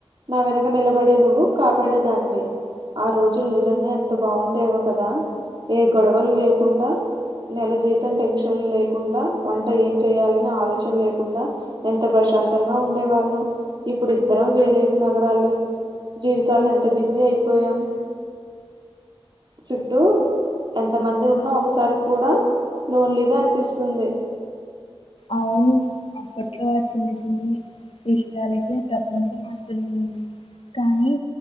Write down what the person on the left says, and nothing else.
అవును అప్పట్లో చిన్ని చిన్ని విషయాలకే ప్రపంచం అంటున్నా కానీ